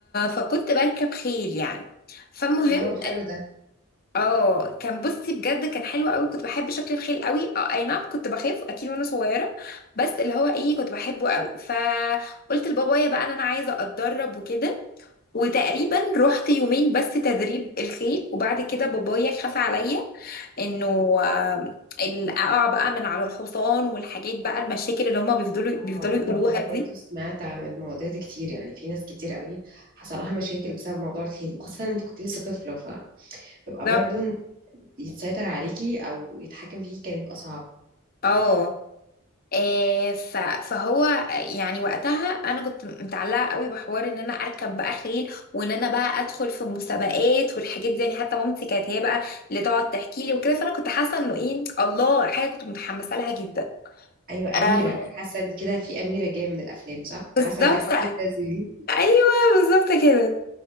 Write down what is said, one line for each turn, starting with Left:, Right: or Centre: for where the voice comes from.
Left: فكنت بركب خيل يعني فالمهم
Right: الله حلو ده
Left: اه كان بصي بجد كان حلو قوي كنت بحب شكل الخيل قوي اه اي نعم كنت بخاف اكيد وانا صغيره بس اللي هو ايه كنت بحبه قوي فقلت لبابايا بقى ان انا عايزه اتدرب وكده وتقريبا رحت يومين بس تدريب الخيل وبعد كده بابايا خاف عليا انه آه، ال- اقع بقى من على الحصان والحاجات بقى المشاكل اللي هما بيفضلوا
Right: اه
Left: بيفضلوا
Right: وانا
Left: يقولوها
Right: بجد
Left: دي
Right: برضو سمعت عن المواضيع دي كتير يعني في ناس كتير قوي حصل لها مشاكل بسبب موضوع الخيل وخاصة انت كنت لسه طفلة فبيبقى
Left: بالظبط
Right: برضو إن يتسيطر عليكي او يتحكم فيكي كان بيبقى صعب
Left: اه آه، ف- فهو يعني وقتها انا كنت متعلقه قوي بحوار ان انا اركب بقى خيل وان انا بقى ادخل في المسابقات والحاجات دي يعني حتى مامتي كانت هي بقى اللي تقعد تحكي لي وكده فانا كنت حاسه انه ايه الله حاجه كنت متحمسه لها جدا
Right: ايوه اميرة
Left: آه،
Right: حاسة ان كده في اميرة جاية من الافلام صح حاسة
Left: بالظبط
Right: تحس ان ده زي-
Left: ايوه بالظبط كده